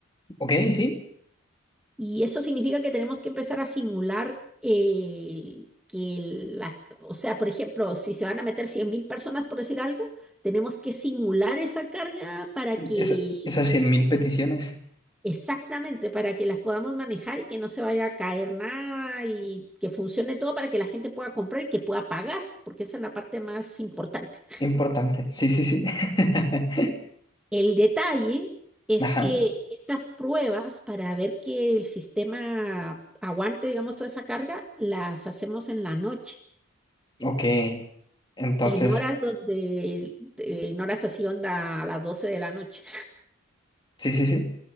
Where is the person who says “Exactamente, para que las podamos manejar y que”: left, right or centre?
Centre